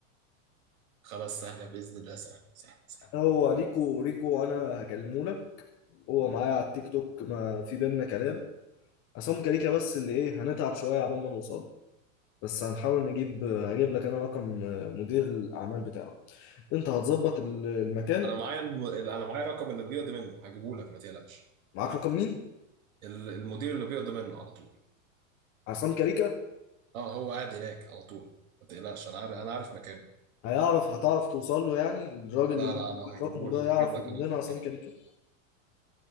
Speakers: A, on the right; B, on the left.
A: خلاص سهله باذن الله سهل سهل سهل
B: هو ريكو ريكو انا هكلمه لك هو معايا على التيك توك ما في بينا كلام عصام كاريكا بس اللي ايه هنتعب شوية عبال ما نوصل له. بس هنحاول نجيب هجيب لك انا رقم مدير الاعمال بتاعه انت هتظبط ال- المكان
A: انا معايا الم... انا معايا رقم اللي بيقضي منه هجيبه لك ما تقلقش
B: معاك رقم مين
A: ال- المدير اللي بيقضي منه على طول
B: عصام كاريكا
A: اه هو قاعد هناك على طول ما تقلقش انا عارف انا عارف مكانه
B: هيعرف هتعرف توصل له يعني الراجل
A: لا
B: اللي
A: لا
B: انت معاك
A: لا هجيبه
B: رقمه ده
A: لك
B: يعرف
A: هجيب لك
B: يجيب
A: انا الفلوس
B: لنا عصام كاريكا
A: دي.